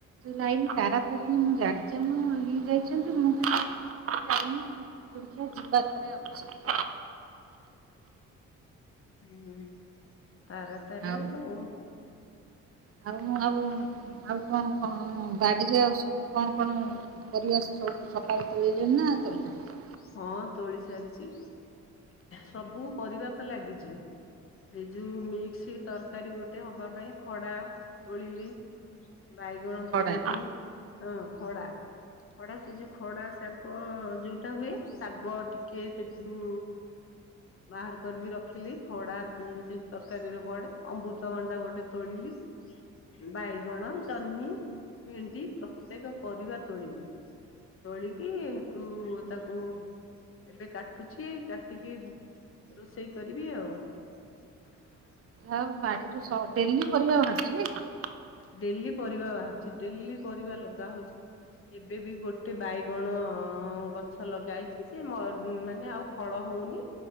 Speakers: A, on the right (about 50°); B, on the left (about 45°).
A: ଲାଇନ ତାରାତାରିଣୀ ମୁଁ ଜାଣିଛି ମୁଁ ଇଏ ଯାଇଛନ୍ତି ମୁଁ ଯାଇନି ଆଖି ଯିବା ଥରେ ଆଉ।
B: ହୁଁ ତାରା ତାରିଣୀ
A: ଆଉ
B: ତ ବହୁତ
A: ଆଉ ଆଉ ଆଉ କଣ କଣ ବାଡିରେ ଆଉ ସବୁ କଣ କଣ ପର ସବୁ ସକାଳେ ତୋଳିଲେଣି ନା ତୋଳିନାହିଁ।
B: ହଁ ତୋଳି ସାରିଛି, ସବୁ ପରିବା ତ ଲାଗିଛି। ସେଇ ଯୋଉ ମିକ୍ସ ତରକାରୀ ଗୋଟେ ହବା ପାଇଁ ଖଡା ତୋଳିଲି। ବାଇଗଣ
A: ଖଡା।
B: ତୋଳିଲି ହଁ, ଖଡା ଖଡା ସେ ଯୋଉ ଖଡା କ ଯୋଉଟା ହୁଏ, ଶାଗ ଟିକେ ସେଥିରୁ ବାହାର କରିକି ରଖିଲି, ଖଡା ସେ ତରକାରୀରେ ପଡେ, ଅମୃତଭଣ୍ଡା ଗୋଟେ ତୋଳିଲି। ବାଇଗଣ, ଜହ୍ନି, ଭେଣ୍ଡି ପ୍ରତ୍ୟେକ ପରିବା ତୋଳିବି। ତୋଳିକି ହେଟୁ ତାକୁ ଏବେ କାଟୁଛି କାଟିକି, ରୋଷେଇ କରିବି ଆଉ। <inaudible>
A: ଆଉ ବାଡିରୁ ଡେଲି ପରିବା ବାହାରିଛି ନ କି?
B: ଡେଲି ପରିବା ବାହାରୁଛି, ଡେଲି ପରିବା ଲଗା ହଉଛି। ଗଣ ଗଛ ଲଗା ହେଇଛି ସେ ମାନେ ଆଉ ଫଳ ହଉନି।